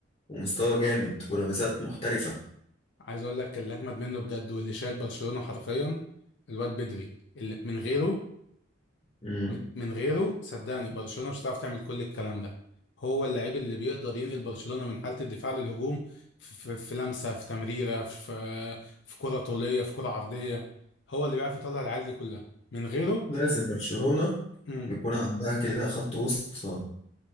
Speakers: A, on the left (about 30°); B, on the left (about 65°).
A: ومستوى جامد ولمسات محترفة
B: عايز اقول لك اللي اجمد منه بجد واللي شايل برشلونة حرفيا الواد بدري اللي من غيره
A: مم.
B: م- من غيره صدقني برشلونة مش هتعرف تعمل كل الكلام ده هو اللاعب اللي بيقدر ينقل برشلونة من حالة الدفاع للهجوم في, في, في لمسة في تمريرة في في كرة طولية في كرة عرضية هو اللي بيعرف يطلع العيال دي كلها من غيره
A: لازم برشلونة
B: امم
A: يكون عندها كده خط وسط